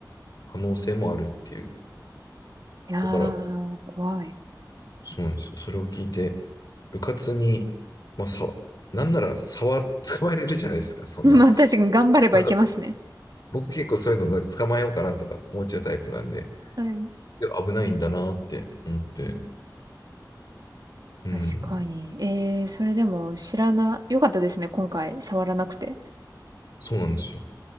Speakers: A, on the left; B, on the right.
A: 可能性もあるっていう。
B: やー、
A: だから、
B: 怖い。
A: そうなんですよ。それを聞いて、うかつに、まあ、さ、なんなら触、<laughs> 捕まえれるじゃないですか、
B: <laughs>
A: そんな。
B: まあ、確かに頑張ればいけますね。
A: <laughs> 僕結構そういうのなんか捕まえようかなとか思っちゃうタイプなんで、
B: はい。
A: でも危ないんだなって思って、うん、
B: 確かに。えー、それでも知らな、よかったですね、今回、触らなくて。
A: そうなんですよ。